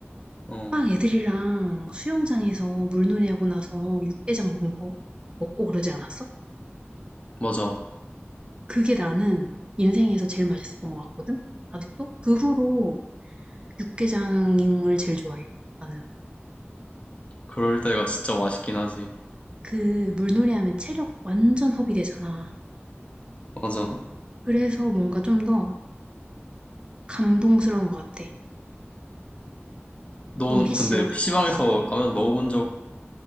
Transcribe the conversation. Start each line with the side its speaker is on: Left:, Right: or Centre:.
Left: 어,
Right: 막 애들이랑 수영장에서 물놀이 하고 나서 육개장 먹은 거, 먹고 그러지 않았어?
Left: 맞아.
Right: 그게 나는 인생에서 제일 맛있었던 것 같거든? 아직도? 그 후로 육개장을 제일 좋아해, 나는.
Left: 그럴 때가 진짜 맛있긴 하지.
Right: 그 물놀이 하면 체력 완전 허비되잖아.
Left: 맞아.
Right: 그래서 뭔가 좀 더 감동스러운 것 같아.
Left: 넌
Right: 넌 PC방?
Left: 근데 PC방에서
Right: 어.
Left: 라면 먹어본 적은